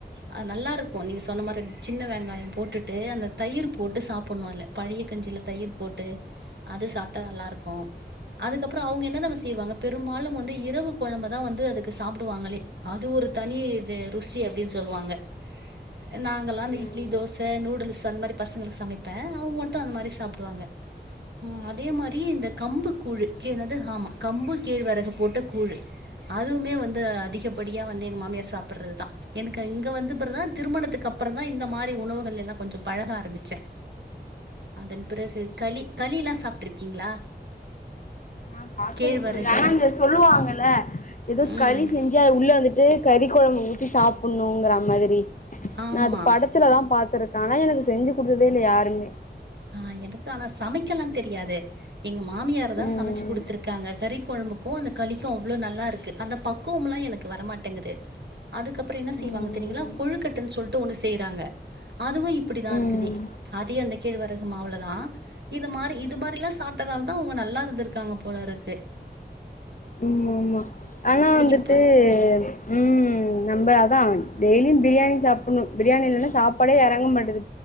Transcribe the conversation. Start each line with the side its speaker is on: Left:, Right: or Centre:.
Right: அது நல்லாருக்கும் நீங்க சொன்ன மாரி சின்ன வெங்காயம் போட்டுட்டு அந்த தயிர் போட்டு சாப்புடணும் அதுல பழைய கஞ்சியில் தயிர் போட்டு அது சாப்ட்டா நல்லாருக்கும் அதுக்கப்புறோம் அவங்க என்ன தாம்மா செய்வாங்க பெரும்பாலும் வந்து இரவு கொழம்ப தா வந்து அதுக்கு சாப்புடுவாங்களே அது ஒரு தனி ரே ருசி அப்டின்னு சொல்லுவாங்க அ நாங் க்கல்லா இந்த இட்லி,
Left: ஆமா
Right: தோச நூடுல்ஸு அந்த மாரி பசங்களுக்கு சமைப்ப அவுங்க மட்டூ அந்த மாரி சாப்புடுவாங்க, ம் அதே மாரி இந்த கம்பு கூழ கேறது ஆமா கம்பு கேழ்வரகு போட்ட கூழ அதுவுமே வந்து அதிகப்படியா வந்து எங்க மாமியார் சாப்புட்றது தா எனக்கு இங்க பெற தா திருமணத்துக்கப் அப்புறோந் தா இந்த மாரி உணவுகள் எல்லாம் கொஞ்சம் பழக ஆரம்பிச்சன், அதன் பிறகு களி களிலாம் சாப்ட்ருக்கீங்களா
Left: நா சாப்ட்டதுல்ல
Right: கேழ்வரகுல
Left: தோழி ஆனா இந்த சொல்லுவாங்கல எதோ
Right: ம்
Left: களி செஞ்சு அத உள்ள வந்துட்டு கறி கொழம்பு ஊத் தி சாப்புண்ணுங்குற மாதிரி
Right: ஆமா
Left: நா அது படத்துலதா பாத் துருக்கானா எனக்கு செஞ்சி குடுத்ததே இல்ல யாருமே
Right: ஆஹ் எனக்கு ஆனா சமைக்கல்லா தெரியாது எங்க மாமியாரு தா
Left: ம்
Right: சமச்சு குடுத்துருக்காங்க கறி கொழும்புக்கு அந்த களி தூ அவ்ளோ நல்லா இருக்கு அந்த பக்குவும்லா எனக்கு வரமாட்டங்குது அதுக்கப்புறோ என்ன செய்வாங்க
Left: ம்
Right: தெரியுங்குளா கொழ்க்கட்டன் சொல்ட்டு ஒன்னுஸ் செய்றாங்க அதுவு இப்பிடிதா
Left: ம்
Right: இருக்குது அதே அந்த கேழ்வரகு மாவுலதா இது மாரி இது மாரிலா சாப்ட்டதால் தா அவ்ங்க நல்லா இருந்துருக்காங்க போலருக்கு.
Left: ம்மா ஆமா ஆனா வந்துட்டு
Right: இப்ப
Left: உம்ம் நம்ப அதா டெய்லியு பிரியாணி சாப்புணு பிரியாணி இல்லனா சாப்பாடே எறங்க மாட்டுது